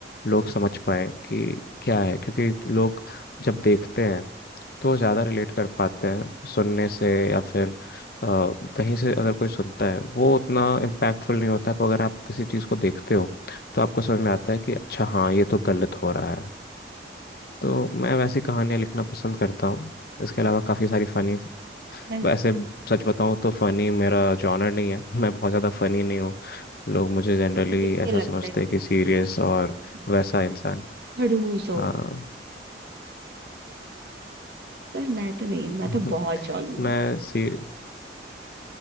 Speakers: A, on the left (about 55°); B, on the right (about 60°).
A: लोग समझ पाए कि क्या है क्योंकि लोग जब देखते हैं तो वो ज़्यादा रिलेट कर पाते हैं सुनने से या फिर अ, कहीं से अगर कोई सुनता है वो उतना इम्पैक्टफुल नहीं होता है, पर अगर आप किसी चीज़ को देखते हो तो आपको समझ में आता है कि अच्छा हाँ ये तो गलत हो रहा है तो मैं वैसी कहानियाँ लिखना पसंद करता हूँ इसके अलावा काफ़ी सारी फ़नी
B: मैं
A: वैसे सच बताऊँ तो फ़नी मेरा जॉनर नहीं है मैं बहुत ज़्यादा फ़नी नहीं हूँ लोग मुझे जनरली
B: तुम्हें देख के
A: ऐसा
B: लगता
A: समझते
B: ही
A: हैं कि सीरियस और
B: ठीक
A: वैसा
B: है। कि
A: इंसान
B: खड़ूस हो
A: हाँ
B: पर मैं तो नहीं मैं
A: <laughs>
B: तो बहुत जॉली हूँ
A: मैं सी